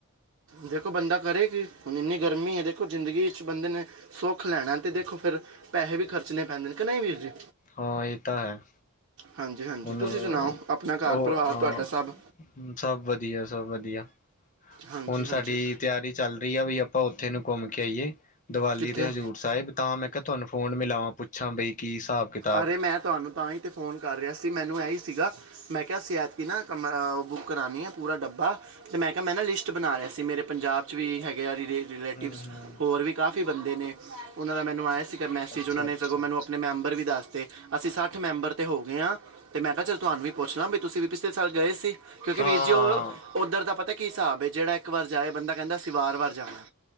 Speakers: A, on the right (about 60°); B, on the left (about 35°).
A: ਦੇਖੋ ਬੰਦਾ ਕਰੇ ਕੀ ਹੁਣ ਇੰਨੀ ਗਰਮੀ ਹੈ ਦੇਖੋ ਜ਼ਿੰਦਗੀ 'ਚ ਬੰਦੇ ਨੇ ਸੁੱਖ ਲੈਣਾ ਤੇ ਦੇਖੋ ਫਿਰ ਪੈਸੇ ਵੀ ਖਰਚਣੇ ਪੈਂਦੇ ਨੇ ਕਿ ਨਹੀਂ ਵੀਰ ਜੀ
B: ਹਾਂ ਇਹ ਤਾਂ ਹੈ
A: ਹਾਂਜੀ ਹਾਂਜੀ
B: ਹੁਣ
A: ਤੁਸੀਂ
B: ਉਹ
A: ਸੁਣਾਓ ਆਪਣਾ ਘਰ ਪਰਿਵਾਰ
B: ਹਾਂ
A: ਤੁਹਾਡਾ ਸਭ
B: ਸਭ ਵਧੀਆ ਸਭ ਵਧੀਆ
A: ਹਾਂਜੀ
B: ਹੁਣ
A: ਹਾਂਜੀ
B: ਸਾਡੀ ਤਿਆਰੀ ਚੱਲ ਰਹੀ ਆ ਵੀ ਆਪਾਂ ਉੱਥੇ ਨੂੰ ਘੁੰਮ ਕੇ ਆਈਏ ਦੀਵਾਲੀ
A: ਕਿੱਥੇ
B: ਤੇ ਹਜ਼ੂਰ ਸਾਹਿਬ ਤਾਂ ਮੈਂ ਕਿਹਾ ਤੁਹਾਨੂੰ ਫੋਨ ਮਿਲਾਵਾਂ ਪੁੱਛਾਂ ਬਈ ਕੀ ਹਿਸਾਬ ਕਿਤਾਬ
A: ਅਰੇ ਮੈਂ ਤੁਹਾਨੂੰ ਤਾਂ ਹੀ ਤੇ ਫੋਨ ਕਰ ਰਿਹਾ ਸੀ ਮੈਨੂੰ ਇਹੀ ਸੀਗਾ ਮੈਂ ਕਿਹਾਿਆ ਸਦ ਕਿ ਨਾ ਕਮਰਾ ਉਹ ਬੁੱਕ ਕਰਉਣੀ ਆ ਪੂਰਾ ਡੱਬਾ ਤੇ ਮੈਂ ਕਿਹਾ ਮੈਂ ਨਾ ਲਿਸਟ ਬਣਾ ਰਿਹਾ ਸੀ ਮੇਰੇ ਪੰਜਾਬ ਚ ਵੀ ਹੈਗੇ ਆ ਰਿਲੇਟਿਵਸ
B: ਹੂੰ ਹੂੰ
A: ਹੋਰ ਵੀ ਕਾਫੀ ਬੰਦੇ ਨੇ ਉਹਨਾਂ ਦਾ ਮੈਨੂੰ ਆਇਆ ਸੀਗਾ ਮੈਸੇਜ
B: ਅੱਛਾ
A: ਉਹਨਾਂ ਨੇ
B: ਅੱਛਾ
A: ਸਗੋਂ ਮੈਨੂੰ ਆਪ ਆਪਣੇ ਮੈਂਬਰ ਵੀ ਦੱਸਦੇ ਅਸੀਂ ਸੱਠ ਮੈਂਬਰ ਤੇ ਹੋ ਗਏ ਹਾਂ ਤੇ ਮੈਂ ਕਿਹਾ ਚੱਲ ਤੁਹਾਨੂੰ ਵੀ ਪੁੱਛ ਲਾਂ ਬਈ ਵੀ ਤੁਸੀਂ ਵੀ ਪਿਛਲੇ ਸਾਲ ਗਏ ਸੀ ਕਿਉਂਕਿ
B: ਹਾਂ
A: ਵੀਰ ਜੀ
B: ਹਾਂ
A: ਉਹ ਉੱਧਰ ਦਾ ਪਤਾ ਕੀ ਹਿਸਾਬ ਜਿਹੜਾ ਇੱਕ ਵਾਰ ਜਾਏ ਬੰਦਾ ਕਹਿੰਦਾ ਅਸੀਂ ਵਾਰ ਵਾਰ ਜਾਣਾ